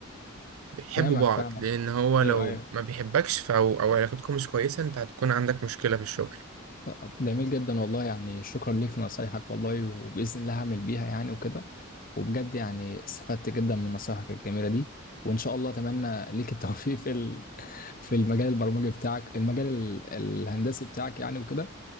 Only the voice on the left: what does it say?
فاهمك
فاهمك
أيوه
أيوه
طب جميل جدا والله يعني شكرا ليك لنصايحك والله وبإذن الله هعمل بيها يعني وكده وبجد يعني استفدت جدا من نصايحك الجميلة دي وإن شاء الله أتمنى ليك التوفيق في في المجال البرمجي بتاعك المجال ال- الهندسي بتاعك يعني وكده